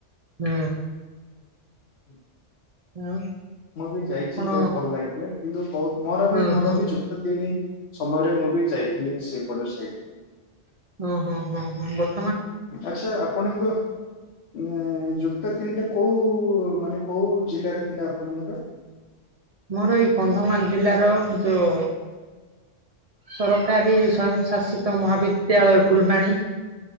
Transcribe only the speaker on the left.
ହୁଁ
ମୁଁ ବି ଯାଇଛି
ବହୁତ ଭଲ ଲାଗିଥିଲା କିନ୍ତୁ ବହୁତ ମୋର
ବି ମୋର
ବି ଯୁତ ତିନି ସମୟରେ ମୁଁ ବି ଯାଇଥିଲି ସେପଟେ ସେଇଠ।
ଆଚ୍ଛା ଆପଣଙ୍କ ଉ ଯୁକ୍ତ ତିନିଟା କୋଉ ମାନେ କୋଉ ଜିଲ୍ଲାରେ ଥିଲା ଆପଣଙ୍କର?